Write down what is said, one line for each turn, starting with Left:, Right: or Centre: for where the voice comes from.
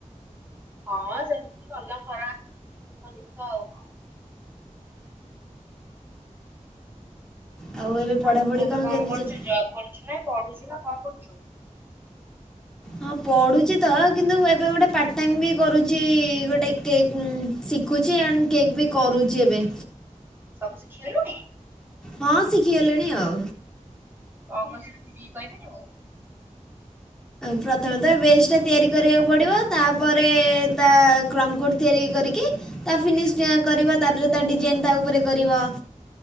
Right: ହଁ ସେମତି କଲ ଖରାପ <unintelligible> ଆଉ। କଣ।
Centre: ଆଉ ଏବେ ପଢ଼ାପଢ଼ି
Right: ଆଉ ତୁ ଏବେ କଣ
Centre: କେମିତି
Right: କରୁଚୁ
Centre: ଚାଲି
Right: ଜବ୍ କରୁଚୁ ନା ପଢୁଚୁ ନା କଣ କରୁଚୁ।
Centre: ହଁ ପଢୁଚି ତ କିନ୍ତୁ ଏବେ ଗୋଟେ ପାର୍ଟ ଟାଇମ ବି କରୁଚି ଗୋଟେ କେ ଶିକୁଚି ଆଣ୍ଡ କେକ୍ ବି କରୁଚି ଏବେ।
Right: ସବୁ ଶିଖିଗଲୁଣି?
Centre: ହଁ ଶିଖିଗଲିଣି ଆଉ।
Right: କଣ ଙ୍କ ଶିଖି କହିପାରିବୁ?
Centre: ପ୍ରଥମେତ ବେସ ଟା ତିଆରି କରିବାକୁ ପଡ଼ିବ ତାପରେ ତା କ୍ରମକୋଡ଼ ତିଆରି କରିକି ତା ଫିନିଶ ଟ କରିବ ତାପରେ ତା ଡିଜାଇନ ତା ଉପରେ କରିବ।